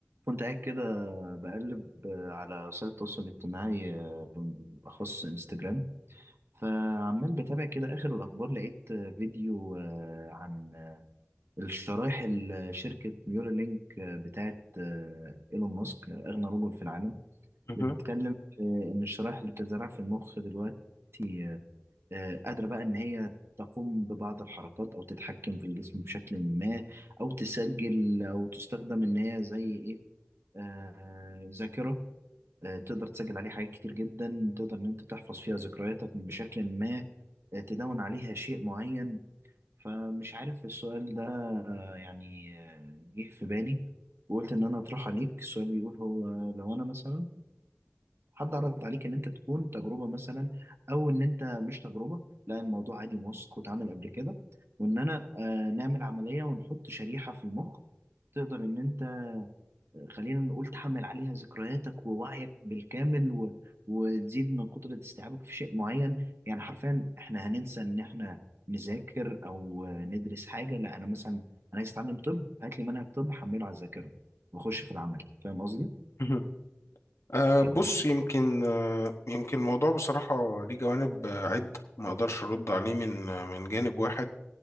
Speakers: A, on the right; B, on the left.
A: كنت قاعد كده بقلب على وسائل التواصل الاجتماعي آه، بالأخص انستجرام فعمال بتابع كده آخر الأخبار لقيت آه، فيديو آه، عن آه، الشرايح اللي شركة نيورالينك آه، بتاعت آه، إيلون ماسك آه، أغنى رجل في العالم
B: مهم.
A: بتتكلم في إن الشرايح اللي بتتزرع في المخ دلوقتي آه، آه، قادرة بقى إن هي تقوم ببعض الحركات أو تتحكم في الجسم بشكل ما أو تسجل أو تستخدم إن هي زي إيه آه، ذاكرة آه، تقدر تسجل عليه حاجات كتير جدا تقدر ان انت تحفظ فيها ذكرياتك بشكل ما آه، تدون عليها شيء معين فمش عارف السؤال ده آه، يعني آه، جه في بالي وقلت ان انا اطرح عليك السؤال بيقول هو لو انا مثلا حد عرض عليك ان انت تكون تجربة مثلا او ان انت مش تجربة لا الموضوع عادي موثق واتعمل قبل كده وان انا آه، نعمل عملية ونحط شريحة في المخ تقدر ان انت خلينا نقول تحمل عليها ذكرياتك ووعيك بالكامل و... وتزيد من قدرة استيعابك في شيء معين يعني حرفيا احنا هننسى ان احنا نذاكر او ندرس حاجة لا انا مثلا انا عايز اتعلم طب هات لي منهج طب حمله على الذاكرة واخش في العمل فاهم قصدي
B: مهم. أه
A: كده
B: بص يمكن أه يمكن الموضوع بصراحة ليه جوانب آه، عدة ما أقدرش أرد عليه من آه، من جانب واحد